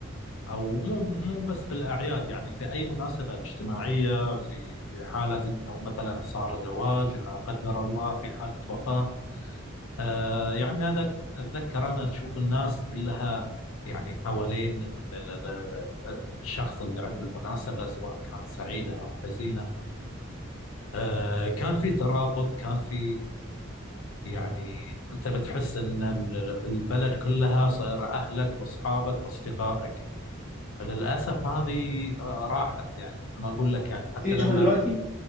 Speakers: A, on the left; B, in the centre.
A: او مو مو بس بالاعياد يعني في اي مناسبه اجتماعيه في حاله لو مثلا صار زواج لا قدر الله في حاله وفاه آه يعني هذا اتذكر انا تشوف الناس كلها يعني حوالين ال- ال- ال- الشخص اللي عنده المناسبه سواء كانت سعيده او حزينه آه كان في ترابط كان في يعني انت بتحس ان ال- البلد كلها صايره اهلك واصحابك واصدقائك للأسف هذه آه، راحت يعني مثل ما أقول لك يعني حتى
B: تيجي
A: لما
B: تشوفها دلوقتي